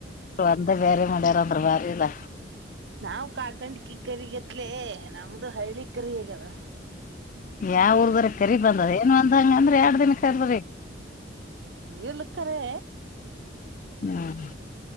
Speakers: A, on the left; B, on the right.
A: ಅಂದ ಬರೆ ಮನೆಯಾರ ಅಂದ್ರ ಬಾರದಾ
B: ನಾವ್ ಕಾಕಂಡ್ ಕಿ ಕರಿಗತ್ಲೇ ನಮ್ದು ಹಳ್ಳಿ ಕರಿ ಹೇಗ ಅದ
A: ಯಾವ ಊರ್ದ್ರ ಕರಿ ಬಂದದ ಏನ್ ಅಂದಂಗ ಅಂದ್ರ ಎರಡ್ ದಿನ ಕರ್ದ್ರಿ
B: ಇಲ್ಲ ಕರೆ
A: ಹ್ಮ್